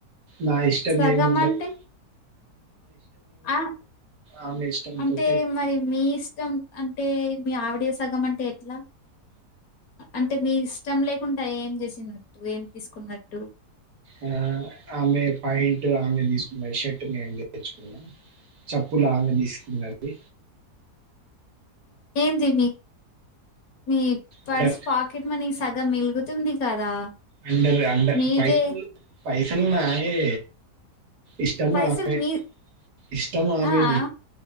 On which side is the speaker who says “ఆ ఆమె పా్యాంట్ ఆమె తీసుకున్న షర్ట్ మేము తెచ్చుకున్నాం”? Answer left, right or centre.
Right